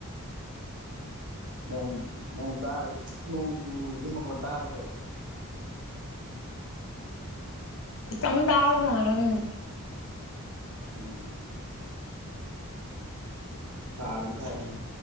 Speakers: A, on the right; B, on the left.
A: ꯅꯣꯡ ꯅꯣꯡ ꯇꯥꯏ ꯅꯣꯡ ꯆꯨꯕꯁꯤ ꯃꯈꯣꯟ ꯇꯥꯕ꯭ꯔꯣ
B: ꯈꯤꯇꯪ ꯇꯥꯕ ꯃꯥꯜꯂꯦ ꯎꯝ
A: ꯎꯝ ꯁꯥꯗꯤ ꯁꯥꯏ